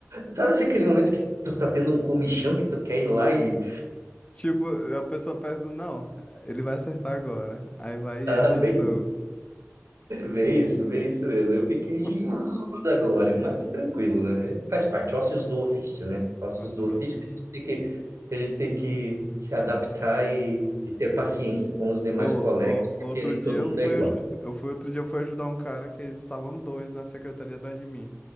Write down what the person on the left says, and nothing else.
Tipo, a pessoa pensa, não, ele vai acertar agora. Aí vai e
erra de
novo.
<laughs>
Nossa,
eu
fiz.
Ô, ô,
outro
dia
eu
fui,
aju- eu fui, outro dia eu fui ajudar um cara que eles estavam dois na secretaria atrás de mim.